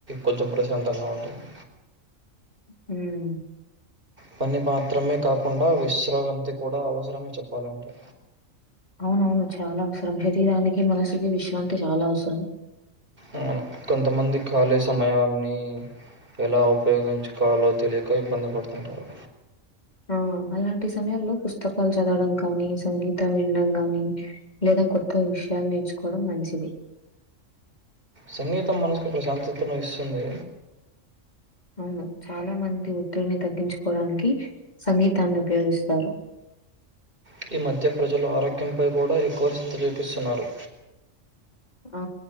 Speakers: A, on the right; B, on the left.
A: కొంచెం ప్రశాంతంగ ఉంటుంది
B: హ్మ్
A: పని పాత్రమే కాకుండ విశ్రావంతీ కూడ అవసరమే చెప్పాలంటే
B: అవునవును చాల అవసరం శరీరానికి మనసుకి విశ్రాంతి చాల అవసరం
A: అవును కొంతమంది ఖాళీ సమయాన్ని ఎలా ఉపయోగించుకోవాలో తెలియక ఇబ్బంది పడుతుంటరు
B: ఆ! అలాంటి సమయాల్లో పుస్తకాలు చదవడం కానీ సంగీతం వినడం గాని లేదా కొత్త విష షయాలు నేర్చుకోడం మంచిది
A: సంగీతం మనసుకు ప్రశాంతతను ఇస్తుంది
B: అవును చాల మంది ఒత్తిడిని తగ్గించుకోడానికి సంగీతాన్ని ఉపయోగిస్తారు
A: అ ఈ మధ్య ప్రజలు ఆరోగ్యంపై కూడ ఎక్కువ <unintelligible> చూపిస్తున్నారు
B: ఆ